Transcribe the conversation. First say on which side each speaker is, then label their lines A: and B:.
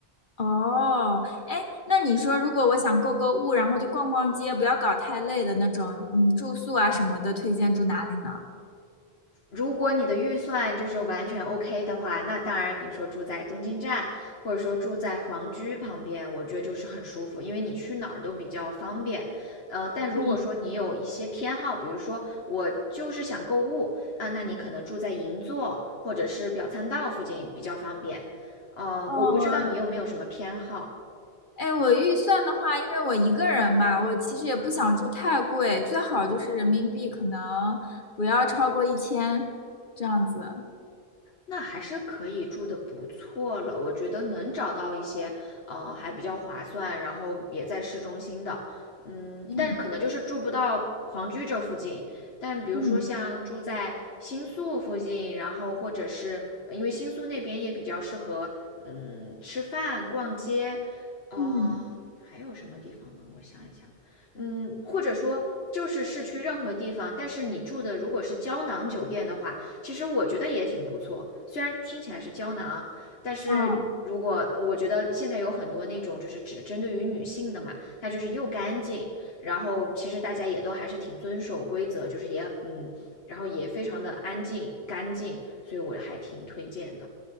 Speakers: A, on the left (about 50°); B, on the left (about 70°).
A: 哦，哎，那你说如果我想购购物，然后就逛逛街，不要搞太累的那种，嗯，住宿啊什么的，推荐住哪里呢？
B: 如果你的预算就是完全 OK 的话，那当然，比如说住在东京站，或者说住在皇居旁边，我觉得就是很舒服，因为你去哪儿都比较方便。呃，但如果说你有一些偏好，
A: 嗯，
B: 比如说我就是想购物啊，那你可能住在银座或者是表参道附近比较方便。呃，
A: 哦，
B: 我不知道你有没有什么偏好，
A: 哎，我预算的话，因为我一个人嘛，我其实也不想住太贵，最好就是人民币可能不要超过一千这样子。
B: 那还是可以住的不错了。我觉得能找到一些呃还比较划算，然后也在市中心的。嗯，
A: 嗯
B: 但是可能就是住不到皇居这附近，但比如说像住在新宿附近，
A: 嗯
B: 然后或者是呃因为新宿那边也比较适合，嗯，吃饭、逛街，呃，
A: 嗯。
B: 还有什么地方呢？我想一想，嗯，或者说就是市区任何地方，但是你住的如果是胶囊酒店的话，其实我觉得也挺不错，虽然听起来是胶囊，但是如果我觉得现在有很多那种就是只针对于女性的嘛。
A: 嗯。
B: 它就是又干净，然后其实大家也都还是挺遵守规则，就是也嗯，然后也非常的安静干净，所以我还挺推荐的。